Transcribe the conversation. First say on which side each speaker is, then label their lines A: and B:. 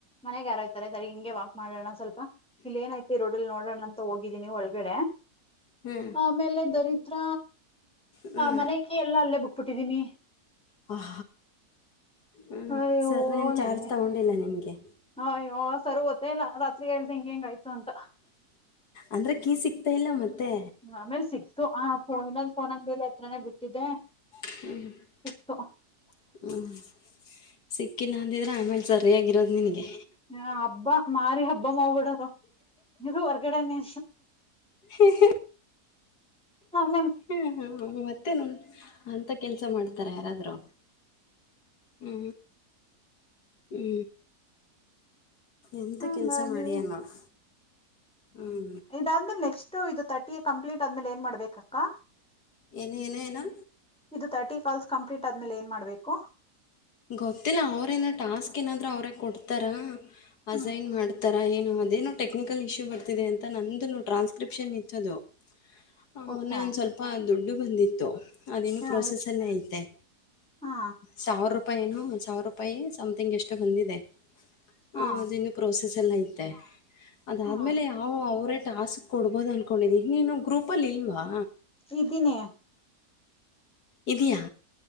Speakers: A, in the centre; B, on the left.
A: ಮನೆಗೆ ಯಾರೋಯ್ತಾರೆ ಸರಿ ಹಿಂಗೆ ವಾಕ್ ಮಾಡೋಣ ಸ್ವಲ್ಪ ಇನ್ನ ಏನುವೈತ್ಹೆ. <inaudible> ಈ ರೋಡ್ಲ್ಲಿ ನೋಡೋಣ ಅಂತ ಹೋಗಿದ್ದೀನಿ ಒಳಗಡೆ? <inaudible>
B: ಹ್ಞೂ
A: ಆಮೇಲೆ ದರಿದ್ರ
B: ಹ್ಞೂ
A: ಮನೆಗೆ ಎಲ್ಲ ಅಲ್ಲೇ ಮನೆ ಕೀ ಹೇಳಾ ಅಲ್ಲೇ ಬಿಟ್ಟುಬಿಟ್ಟಿದ್ದೇನಿ. <inaudible>
B: <unintelligible> ಹ್ಮ
A: ಅಯ್ಯೋ
B: ಸರ ಏನ್
A: ನೆನ್ನೆ
B: ಚಾರ್ಜ್ ತಗೊಂಡಿಲ್ಲ ನಿನ್ಗೆ
A: ಅಯ್ಯೋ ಸರ್ ಗೊತ್ತೇ ಇಲ್ಲ ರಾತ್ರಿ ಹೇಳ್ದ ಹಿಂಗಿಂಗ ಆಯ್ತು ಅಂತ.
B: ಅಂದ್ರೆ ಕೀ ಸಿಕ್ತಾ ಇಲ್ಲ ಮತ್ತೆ
A: ಆಮೇಲ ಸಿಕ್ತು ಆ ಫೋನ ಫೋನ್ಂಗ್ಮೇಲೆ ಹತ್ರನೆ ಬಿಟ್ಟಿದ್ದೆ.
B: ಹ್ಮ.
A: ಸಿಕ್ತು.
B: ಹ್ಮ. ಸಿಕ್ಕಿಲ್ಲ ಅಂದಿದ್ರೆ ಆಮೇಲ ಸರಿಯಾಗಿರೋದು ನಿನಿಗೆ
A: ಹ ಹಬ್ಬ ಮಾರಿ ಹಬ್ಬ ಮಾಡ್ಬಿದೋರು ಇರು ಹೊರ್ಗಡೆನೇ
B: <inaudible>
A: ಹಾ ಮ್ಯ
B: ಹ್ಮ ಹ್ಮ ಮತ್ತೇನು ಅಂತ ಕೆಲ್ಸ ಮಾಡ್ತಾರ ಯಾರಾದ್ರು ಹ್ಮ ಹ್ಮ ಎಂತ
A: ಹಂಗಾಗಿ
B: ಕೆಲ್ಸ ಮಾಡಿಯ ನೋಡ್ ಹ್ಮ.
A: ಇದಾದ್ಮೇಲೆ ನೆಕ್ಸ್ಟ್ ಇದು ತರ್ಟಿ ಕಂಪ್ಲೀಟ್ ಆದ್ಮೇಲೆ ಏನ್ ಮಾಡ್ಬೇಕಕ್ಕಾ.
B: ಏನು ಏನ ಏನು.
A: ಇದ ತರ್ಟಿ ಕಾಲ್ಸ್ ಕಂಪ್ಲೀಟ್ ಆದ್ಮೇಲೆ ಏನ್ ಮಾಡ್ಬೇಕು.
B: ಗೊತ್ತಿಲ್ಲ ಅವ್ರೇನ ಟಾಸ್ಕ್ ಏನಾದ್ರೂ ಅವರೇ ಕೊಡ್ತಾರ ಅಝೈನ್
A: ಹ್ಮ್
B: ಮಾಡ. ತರ ಏನು ಅದೇನೋ ಟೆಕ್ನಿಕಲ್ ಇಶ್ಯೂ ಬರ್ತಿದೆ ಅಂತ ನಂದು ಟ್ರಾಸ್ಕ್ರಿಪ್ಷನ್ ಇತ್ತದು. ಆ
A: ಓಕೆ
B: ಮೊನ್ನೆ ಒಂದ ಸ್ವಲ್ಪ ದುಡ್ಡು ಬಂದಿತ್ತು ಅದೇನು
A: ಹಾ
B: ಪ್ರೋಸೆಸ್ಸಲ್ಲೇ ಐತೆ.
A: ಹಾ
B: ಸಾವಿರ ರೂಪಾಯನು ಸಾವಿರ ರೂಪಾಯಿ ಸಮ್ಥಿಂಗ್ ಎಷ್ಟು ಬಂದಿದೆ.
A: ಹಾ
B: ಹ ಅದಿನ್ನು ಪ್ರೋಸೆಸಲ್ಲ ಐತೆ ಅದಾದ್ಮೇಲೆ
A: ಹಾ
B: ಆ ಹ್ಮ್ ಅವರೇ ಟಾಸ್ಕ್ ಕೊಡ್ಬೋದು ಅಂದ್ಕೊಂಡಿದ್ದೀನೀ ಗ್ರೂಪಲ್ಲಿ ಇಲ್ವಾ.
A: ಇದ್ದೀನಿ.
B: ಇದೀಯಾ.